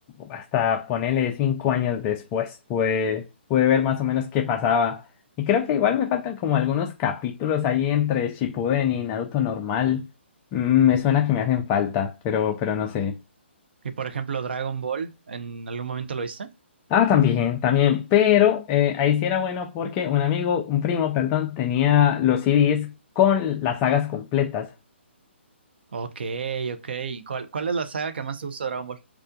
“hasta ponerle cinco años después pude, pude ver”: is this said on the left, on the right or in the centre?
Left